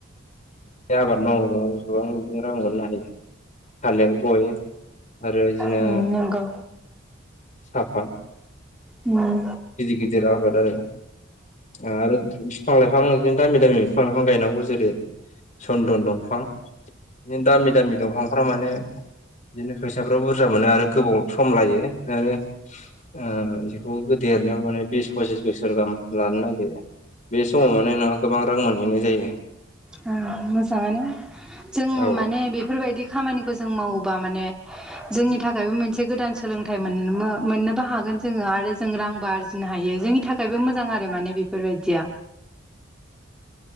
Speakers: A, on the left (about 40°); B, in the centre.
A: बे आबाद मावोबा गोबां बिनो रां मोननो हायो। थालिर गय आरो बिदिनो
B: नंगौ
A: साफाद
B: अम
A: गिदिर आबाद आरो आरो बिफां लाइफां दामि दामि बिफां लाइफां गायनांगौ जेरै सन्दन दंफां बिदिनो दामि दामि दंफांफ्रा माने बिदिनो फैसाफ्राव बुरजा मोनो आरो गोबाव सम लायो आरो ओ बेखौ देरनायाव माने बिस फसिस बोसोर गाहाम लानो नागिरो। बे समाव माने नोंहा गोबां रां मोनहैनाय जायो।
B: ओ मोजाङानो जों
A: औ
B: माने बेफोरबायदि खामानिखौ जों मावोबा माने जोंनि थाखायबो मोनसे गोदान सोलोंथाइ मोन-मोननोबो हागोन जोंङो आरो जों रांबो आर फिनो हायो जोंनि थाखायबो मोजां आरो माने बेफोरबायदिया
A: <inaudible>